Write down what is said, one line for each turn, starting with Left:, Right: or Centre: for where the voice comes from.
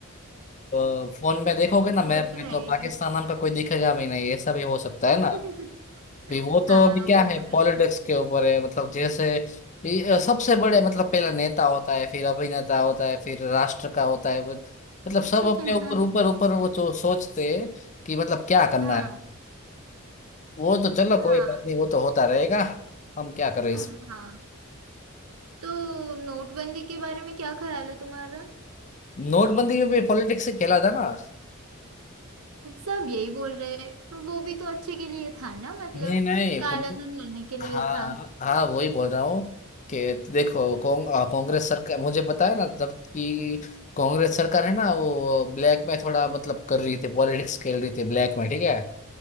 Left: अ, फोन में देखोगे ना
Right: तो
Left: मैप
Right: वो तो
Left: में
Right: है
Left: तो
Right: ही
Left: पाकिस्तान नाम का कोई दिखेगा भी नहीं ऐसा भी हो सकता
Right: <laughs>
Left: है ना भी वो तो
Right: हाँ
Left: अभी क्या
Right: वो तो
Left: है पॉलिटिक्स
Right: है
Left: के ऊपर है मतलब जैसे ये सबसे बड़े मतलब पहला नेता होता है फिर अभिनेता होता है फिर राष्ट्र का होता है वो- मतलब
Right: <laughs>
Left: सब अपने ऊपर ऊपर ऊपर वो तो सोचते हैं कि मतलब क्या करना
Right: हाँ
Left: है वो तो चलो
Right: हाँ
Left: कोई बात नहीं वो तो होता रहेगा हम क्या करें
Right: हाँ
Left: इसमें
Right: तो नोटबंदी के बारे में क्या ख्याल है तुम्हारा
Left: नोटबंदी में भी पॉलिटिक्स से खेला था ना
Right: सब यही बोल रहे हैं, पर वो भी तो अच्छे के लिए था ना मतलब
Left: नहीं नहीं
Right: काला धन लाने के लिए
Left: हाँ
Right: था
Left: हाँ वही बोल रहा हूँ कि देखो कौं, अ, कांग्रेस सरकार मुझे पता है ना जब कि कांग्रेस सरकार है ना वो ब्लैक में थोड़ा मतलब कर रही थी पॉलिटिक्स खेल रही थी ब्लैक में ठीक है